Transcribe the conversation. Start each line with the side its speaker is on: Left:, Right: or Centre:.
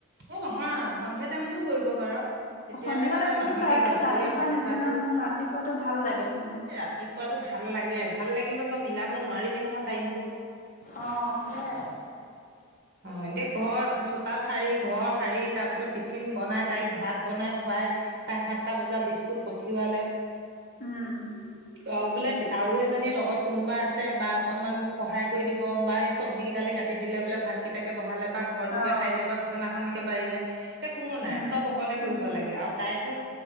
Right: এ নহয় সন্ধিয়া টাইমতো কৰিব তেতিয়াহলে
Left: সন্ধিয়া
Right: মানে
Left: টাইমতো
Right: মানুহৰ
Left: পায়
Right: কি হয়
Left: তেওঁ
Right: দুপৰীয়া
Left: ৰাতিপুৱা
Right: ভাত
Left: নিচিনা
Right: খোৱাটো
Left: মোৰ ৰাতিপুৱাতো ভাল লাগে মোৰ
Right: ৰাতিপুৱাতটো ভাল লাগে আৰু ভাল লাগিলে তো মিলাব নোৱাৰিবি নহয় টাইমতটো
Left: অ' সেইয়াই আৰু।
Right: অ' এতিয়া ঘৰ চোতাল সাৰি ঘৰ সাৰি তাৰ পিছত টিফিন বনাই তাইক ভাত বনাই খুৱাই চাৰে সাতটা বজাত স্কুল পঠিওৱালে <unintelligible>
Left: উম
Right: অঁ বোলে আৰু এজনীৰ লগত কোনোবা আছে বা অকনমান মোক সহায় কৰি দিব বা এই চব্জি কেইডালে কাটি দিলে বোলে ভাত কিতাকে ব ভালে বা ঘৰটোকে
Left: অ',
Right: সাৰিলে বা বিছনাখনেকে পাইলে এতিয়া কোনো নাই
Left: উম,
Right: চব অকলে
Left: উম,
Right: কৰিব লাগে, আৰু তাই টো